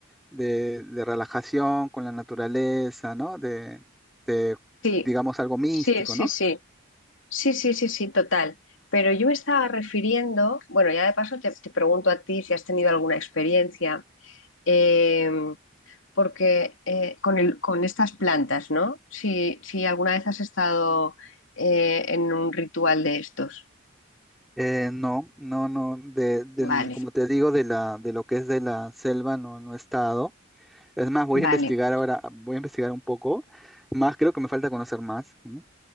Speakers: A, in the centre; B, on the left.
A: de- de relajación con la naturaleza, ¿no? De, de,
B: Sí,
A: digamos, algo místico,
B: sí, sí,
A: ¿no?
B: sí, sí, sí, sí, sí, total. Pero yo me estaba refiriendo, bueno, ya de paso te, te pregunto a ti si has tenido alguna experiencia, eh, porque eh, con el, con estas plantas, ¿no? Si, si alguna vez has estado eh, en un ritual de estos.
A: Eh, no, no, no, de, del,
B: Vale,
A: como te digo, de la, de lo que es de la selva no, no he estado. Es más, voy
B: vale,
A: a investigar ahora, voy a investigar un poco más, creo que me falta conocer más, ¿no?